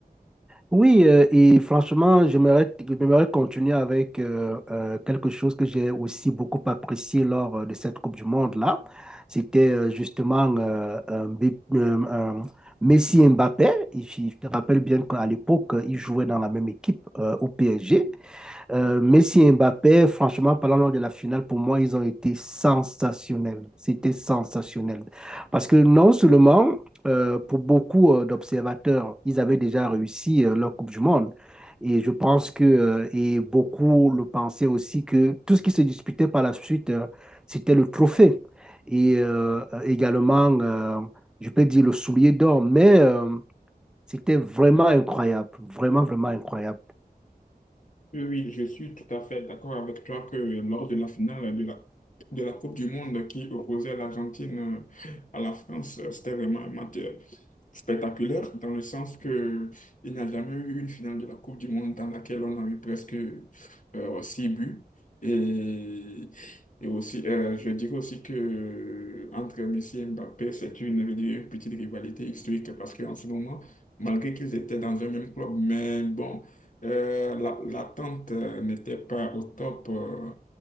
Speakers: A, in the centre; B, on the left.
A: Oui, euh, et franchement, j'aimerais, j'aimerais continuer avec euh, euh, quelque chose que j'ai aussi beaucoup apprécié lors euh, de cette Coupe du Monde-là. C'était euh, justement euh, un B- euh, un Messi et Mbappé. Et je je te rappelle bien qu'à l'époque, ils jouaient dans la même équipe euh, au PSG. Euh, Messi et Mbappé, franchement, parlant lors de la finale, pour moi, ils ont été sensationnels. C'était sensationnel. Parce que non seulement, euh, pour beaucoup euh, d'observateurs, ils avaient déjà réussi euh, leur Coupe du Monde. Et je pense que, euh, et beaucoup le pensaient aussi, que tout ce qui se disputait par la suite, euh, c'était le trophée. Et euh, également, euh, je peux dire le soulier d'or. Mais euh, c'était vraiment incroyable. Vraiment, vraiment incroyable.
B: Oui, oui, je suis tout à fait d'accord avec toi que lors de la finale de la, de la Coupe du Monde qui opposait l'Argentine euh, à la France, euh, c'était vraiment un match spectaculaire dans le sens que il n'y a jamais eu une finale de la Coupe du Monde dans laquelle on a eu presque euh, six buts. Et, et aussi, euh, je dirais aussi que entre Messi et Mbappé, c'est une, je dirais une petite rivalité historique parce qu'en ce moment, malgré qu'ils étaient dans un même club, mais bon, euh, la- l'attente euh, n'était pas au top. euh,